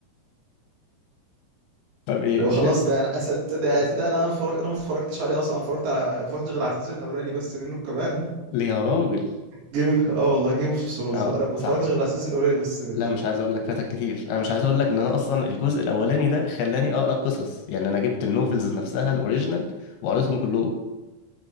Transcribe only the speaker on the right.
لو خلاص
ده انا اسد ده ده انا اتفرجت انا ما اتفرجتش عليه اصلا اتفرجت على اتفرجت غير على السيزون الاولاني بس منه كمان
جيم اه والله جيم اوف ثرونز
انا ما اتفرجتش
غير على السيزون الاولاني بس منه